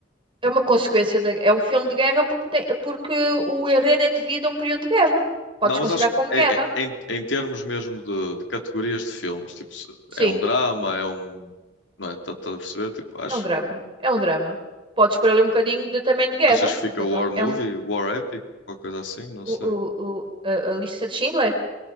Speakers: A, on the right; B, on the left.
A: é uma consequência da, é um filme de guerra porque, tem, porque o enredo é devido a um período de guerra. Podes
B: Não, mas
A: considerar
B: acho que
A: como
B: é,
A: guerra.
B: é- em, em termos mesmo de, de categorias de filmes, tipo, se
A: Sim,
B: é um drama, é um. Não é? Estás a perceber? Tipo, acho,
A: é um drama. É um drama. Podes pôr ali um bocadinho de, também de guerra,
B: achas que fica
A: mas
B: War
A: é um,
B: Movie,
A: é um
B: War Epic, qualquer coisa assim? Não
A: o,
B: sei.
A: o, o- a, a lista de Schindler?